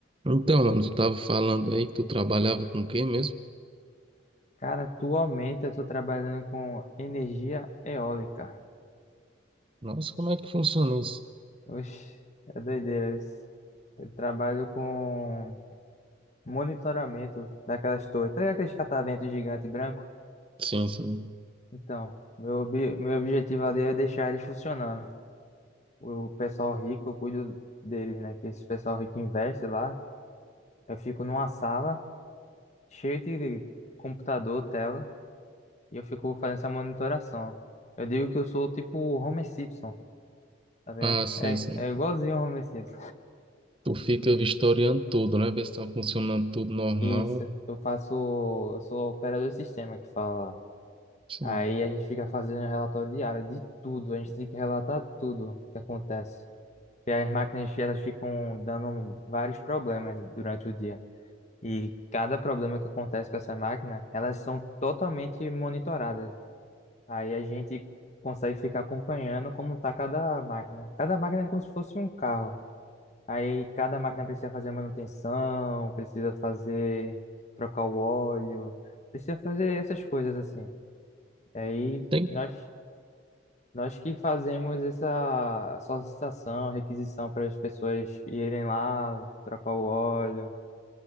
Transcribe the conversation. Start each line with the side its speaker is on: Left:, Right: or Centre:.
Right: Então, mano, tu tava falando aí que tu trabalhava com quem mesmo?
Left: Cara, atualmente eu tô trabalhando com energia eólica.
Right: Nossa, como é que funciona isso?
Left: Oxe, é doideira isso. Eu trabalho com monitoramento daquelas torres. Tá ligado aqueles cataventos gigante branco?
Right: Sim, sim.
Left: Então, meu, ob- meu objetivo ali é deixar eles funcionando. O pessoal rico, eu cuido deles, né? Que esse pessoal rico investe lá. Eu fico numa sala cheia de computador, tela, e eu fico fazendo essa monitoração. Eu digo que eu sou tipo o Homer Simpson. tá ligado?
Right: Ah, sei,
Left: É,
Right: sei.
Left: é igualzinho o home sexy.
Right: Tu fica vistoriando tudo, né? Ver se tá funcionando tudo normal.
Left: Isso, eu faço, eu sou operador de sistema que fala.
Right: Sim.
Left: Aí a gente fica fazendo relatório diário de tudo, a gente tem que relatar tudo que acontece. E as máquinas, elas ficam dando vários problemas durante o dia. E cada problema que acontece com essa máquina, elas são totalmente monitoradas. Aí a gente consegue ficar acompanhando como tá cada máquina. Cada máquina é como se fosse um carro. Aí cada máquina precisa fazer manutenção, precisa fazer trocar o óleo, precisa fazer essas coisas assim. Aí
Right: Tem?
Left: nós nós que fazemos essa solicitação, requisição para as pessoas irem lá trocar o óleo,